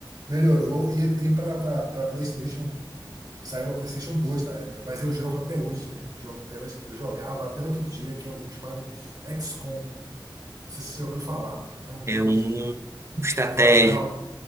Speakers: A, on the right; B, on the right.
A: melhorou e ele tem para PlayStation. Saiu a PlayStation 2 na época, mas eu jogo até hoje, cara. Jogo até hoje. Eu jogava até outro dia, que é um jogo chamado XCOM. Não sei se você ouviu falar. É um
B: É
A: jogo
B: um
A: de,
B: estratégia.
A: de invasão,